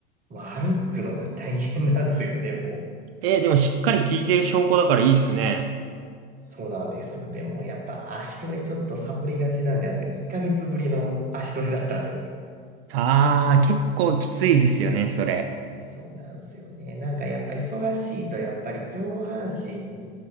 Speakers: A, on the right (about 30°); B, on the right (about 80°).
A: まあ、歩くのが大変なんですよね、もう。
B: えーでもしっかり聞いてる証拠だからいいっすね。
A: そうなんです。でも、やっぱ足トレちょっとサボりがちなんで、あの、1ヶ月ぶりの足トレだったんです。
B: ああ、結構きついですよね、それ。
A: そうなんですよね。なんかやっぱ忙しいと、やっぱり上半身